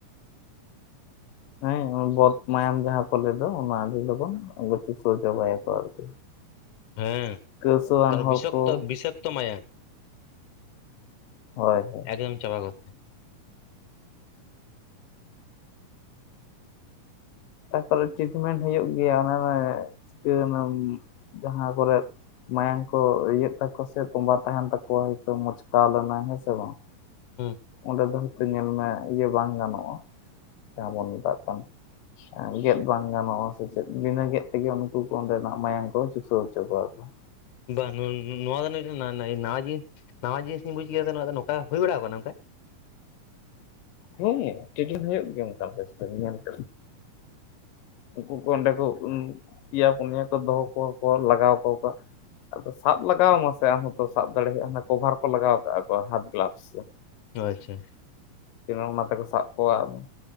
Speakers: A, on the left; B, on the left.
A: ᱦᱮᱸ ᱵᱚᱛ ᱢᱟᱭᱟᱢ ᱡᱟᱦᱟᱸ ᱠᱚ ᱞᱟᱹᱭᱟ ᱚᱱᱟ ᱟᱹᱰᱤ ᱞᱚᱜᱚᱱ ᱪᱩᱥᱟᱹᱣ ᱪᱟᱵᱟᱭ ᱟᱠᱚ ᱟᱨᱠᱤ
B: ᱦᱮᱸ
A: ᱠᱟᱹᱥᱟᱹᱣᱟᱱ ᱦᱚᱲ
B: ᱵᱤᱥᱚᱠᱛᱚ
A: ᱠᱚ
B: ᱵᱤᱥᱟᱠᱛᱚ ᱢᱟᱭᱟᱝ
A: ᱦᱳᱭ ᱦᱳᱭ
B: ᱮᱠᱫᱚᱢ ᱪᱟᱵᱟ ᱜᱚᱫ ᱟᱠᱚ
A: ᱛᱟᱨᱯᱚᱨᱮ ᱴᱨᱤᱴᱢᱮᱱᱴ ᱦᱩᱭᱩᱜ ᱜᱮᱭᱟ ᱚᱱᱟ ᱪᱤᱠᱟᱹ ᱮᱱᱟ ᱡᱟᱸᱦᱟ ᱠᱚᱨᱮᱜ ᱢᱟᱭᱟᱝ ᱠᱚ ᱤᱭᱟᱹᱜ ᱛᱟᱠᱚ ᱥᱮ ᱛᱚᱸᱵᱟ ᱛᱟᱦᱮᱱ ᱛᱟᱠᱚᱣ ᱟ ᱦᱚᱭᱛᱚ ᱢᱚᱪᱠᱟᱣ ᱞᱮᱱᱟᱭ ᱦᱮᱸ ᱥᱮ ᱵᱟᱝ
B: ᱦᱮᱸ
A: ᱚᱸᱰᱮ ᱫᱚ ᱦᱚᱳᱭᱛᱳ ᱧᱮᱞ ᱢᱮ ᱤᱭᱟᱹ ᱵᱟᱝ ᱜᱟᱱᱚᱜᱼᱟ ᱡᱟᱦᱟᱸ ᱵᱚᱱ ᱢᱮᱛᱟᱜ ᱠᱟᱱ ᱜᱮᱫ ᱵᱟᱝ ᱜᱟᱱᱚᱜᱼᱟ ᱥᱮ ᱪᱮᱫ ᱵᱤᱱᱟᱹ ᱜᱮᱫ ᱛᱮᱜᱮ ᱩᱱᱠᱩ ᱠᱚ ᱚᱸᱰᱮᱱᱟᱜ ᱢᱟᱭᱟᱝ ᱠᱚ ᱪᱩᱥᱟᱹᱣ ᱦᱚᱪᱚ ᱠᱚᱣᱟ ᱟᱨᱠᱤ <unintelligible>
B: ᱵᱟᱝ ᱱᱚᱣᱟ ᱫᱚ ᱱᱟᱣᱟ ᱡᱤᱱᱤᱥ ᱱᱟᱣᱟ ᱡᱤᱱᱤᱥᱤᱧ ᱵᱩᱡ ᱠᱮᱫᱟ ᱫᱚ ᱱᱚᱝᱠᱟ ᱦᱩᱭ ᱵᱟᱲᱟ ᱟᱠᱟᱱᱟ ᱱᱚᱝᱠᱟ
A: ᱦᱮᱸ ᱴᱮᱰᱤᱝ ᱦᱩᱭᱩᱜ ᱜᱮᱭᱟ ᱚᱱᱠᱟ ᱧᱮᱞ ᱠᱮᱫ ᱩᱱᱠᱩ ᱠᱚ ᱚᱸᱰᱮ ᱠᱚ ᱯᱤᱭᱟ ᱯᱩᱱᱭᱟᱹ ᱠᱚ ᱫᱚᱦᱚ ᱠᱚ ᱠᱚᱣᱟ ᱞᱟᱜᱟᱣ ᱠᱚ ᱠᱚᱣᱟ ᱟᱫᱚ ᱥᱟᱵ ᱞᱟᱜᱟᱣ ᱟᱢᱟ ᱥᱮ ᱟᱢ ᱦᱚᱸᱛᱚ ᱥᱟᱵ ᱫᱟᱲᱮᱭᱟᱜ ᱟᱢ ᱠᱚᱵᱷᱟᱨ ᱠᱚ ᱞᱟᱜᱟᱣ ᱠᱟᱜᱼᱟ ᱛᱚ ᱦᱟᱛ ᱜᱞᱟᱯᱥ
B: ᱟᱪᱪᱷᱟ
A: ᱚᱱᱟ ᱛᱮᱠᱚ ᱥᱟᱵ ᱠᱚᱣᱟ ᱟᱫᱚ